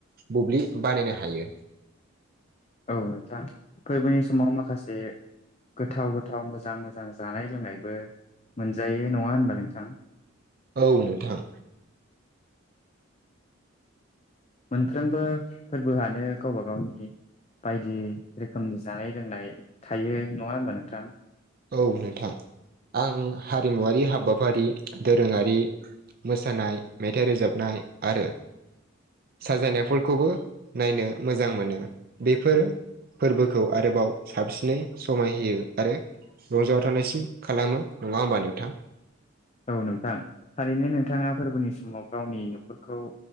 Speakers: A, on the right; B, on the left.
A: बुब्लि बानायनो हायो।
B: औ नोंथां फोरबोनि समाव माखासे गोथाव- गोथाव मोजां -मोजां जानाय लोंनायबो मोनजायो नङा होनबा नोंथां।
A: औ नोंथां
B: मोनफ्रोमबो फोरबोआनो गावबा गावनि बायदि रोखोमनि जानाय लोंनाय थायो नङा होमबा नोंथां?
A: औ नोंथां आं हारिमुवारि हाबाफारि दोरोङारि मोसानाय, मेथाइ रोजाबनाय, आरो साजायनायफोरखौबो नायनो मोजां मोनो। बेफोरो फोरबोखौ आरोबाव साबसिनै समाय होयो आरो रंजाव थानायसिम खालामो नङा होमबा नोंथां।
B: औ नोंथां थारैनो नोंथाङा फोरबोनि समाव गावनि न'खरखौ